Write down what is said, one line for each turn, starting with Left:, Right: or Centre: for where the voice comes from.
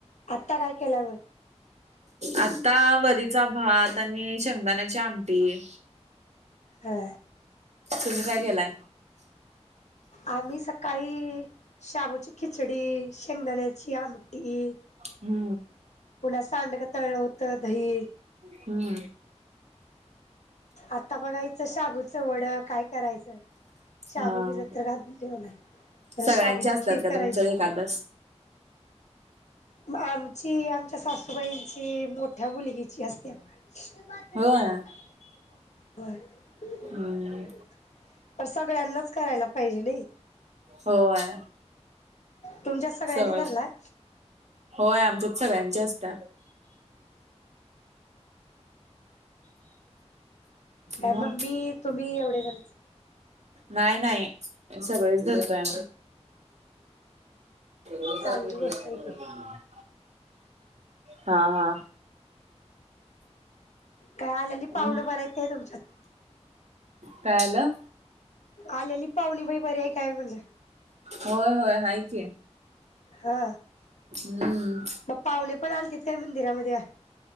Left: आता काय केल्यावर
Right: आता वरीचा भात आणि शेंगदाण्याची आमटी
Left: हा
Right: तुम्ही काय केलाय
Left: आम्ही सकाळी शाबूची खिचडी शेंगण्याची आमटी
Right: हू
Left: पुन्हा सांडग तळलं होतं दही
Right: हू
Left: आता बघायचं शाबूचं वड काय करायचं शाबू
Right: हा
Left: बिजत तर घालून ठेवलाय तर
Right: सगळ्यांचे
Left: शाबूची
Right: असतात
Left: खीर
Right: का
Left: करायची
Right: तुमच्या एखादस
Left: म आमची आमच्या सासूबाईंची मोठ्या मुलगीची असत्या बघा ती बॉटल
Right: होय
Left: बी आणल्या बघा रिकामी होय
Right: हम्म
Left: पर सगळ्यांनाच करायला पाहिजे नई
Right: हो होय
Left: तुमच्यात सगळ्यांनी
Right: सगळ
Left: धरलाय
Right: होय आमच्यात सगळ्यांची असत्या मग
Left: अ मम्मी तुम्ही एवढे जणच
Right: नाही नाही सगळेच धरतोय आम्ही
Left: चांगली गोष्ट आहे की
Right: <unintelligible> हा हा
Left: काय आल्याली पाहुण
Right: मग
Left: बरेत की नाही तुमच्यात
Right: काय आलं
Left: आलेली पाहुनी बाई बरी हाय काय म्हणलं
Right: होय होय हाय की
Left: हा
Right: हम्म
Left: मग पाहुणे पण आलतीत काय मंदिरामध्ये